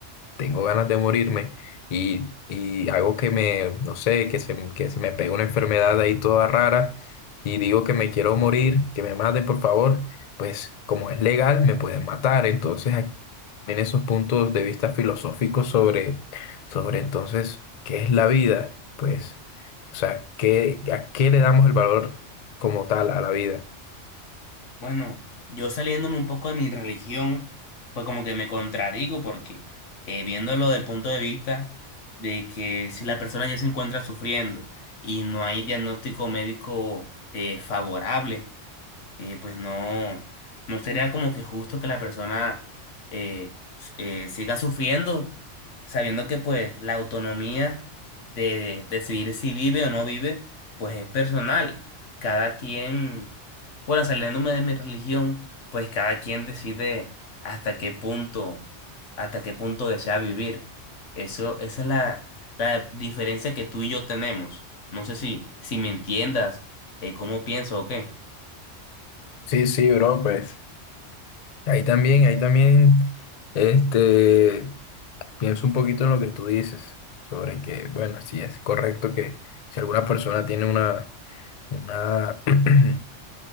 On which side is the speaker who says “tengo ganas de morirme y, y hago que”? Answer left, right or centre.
Left